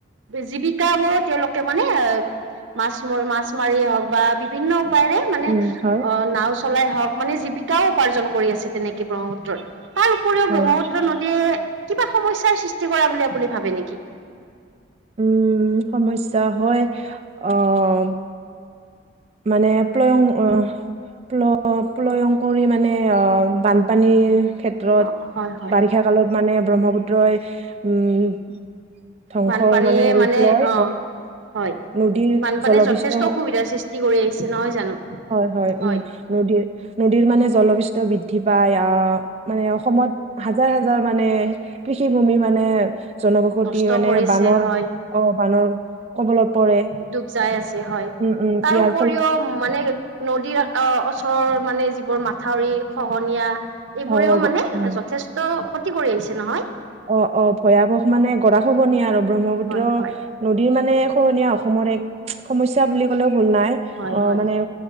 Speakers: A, on the right; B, on the right.
A: জীৱিকবোৰ তেওঁলোকে মানে মাছ ম-মাৰিয়ে হওঁক বা বিভিন্ন উপায়ৰে মানে
B: উম হয়
A: অ নাও চলাই হওঁক মানে জীৱিকাও উপাৰ্জন কৰি আছে তেনেকে ব্ৰহ্মপুত্ৰৰ। তাৰ উপৰিও
B: হয়
A: ব্ৰহ্মপুত্ৰ নদীয়ে কিবা সমস্যাৰ সৃষ্টি কৰা বুলি আপুনি ভাবে নেকি?
B: উম সমস্যা হয়, আহ মানে প্লয়ং অ পল-পলয়ং কৰি মানে অ বানপানীৰ ক্ষেত অত
A: অ হয় হয়
B: বাৰিষা কালত মানে ব্ৰহ্মপুত্ৰই উম ধ্বংসৰ
A: বানপানীয়ে
B: ৰূপ
A: মানে
B: লয়
A: অ'। হয়,
B: নদীৰ
A: বানপানীয়ে
B: জলপৃষ্ঠ
A: যথেষ্ট অসুবিধাৰ সৃষ্টি কৰি আহিছে নহয় জানো?
B: হয়-হয়
A: হয়
B: উম, নদীৰ নদীৰ মানে জলবিৃষ্ট বৃদ্ধি পায়, আহ মানে অসমত হাজাৰ হাজাৰ মানে কৃষিভূমি মানে জনবসতি
A: নষ্ট
B: মানে
A: কৰিছে
B: বানৰ
A: হয়
B: অ বানৰ কবলত পৰে
A: ডুব যাই আছে হয়।
B: উম-উম
A: তাৰ
B: ইয়াৰ
A: উপৰিও মানে নদীৰ ওচৰৰ মানে যিবোৰ মাথাউৰি খহনীয়া এইবোৰেও
B: হয় গ-
A: মানে
B: উম
A: যথেষ্ট ক্ষতি কৰি আহিছে, নহয়?
B: অ-অ ভয়াৱহ মানে গৰা খহনীয়া আৰু ব্ৰহ্মপুত্ৰ
A: হয় হয়
B: নদীৰ মানে খোহনীয়া অসমৰ এক সমস্যা বুলি ক'লেও ভুল নাই,
A: হয়
B: আহ
A: হয়
B: মানে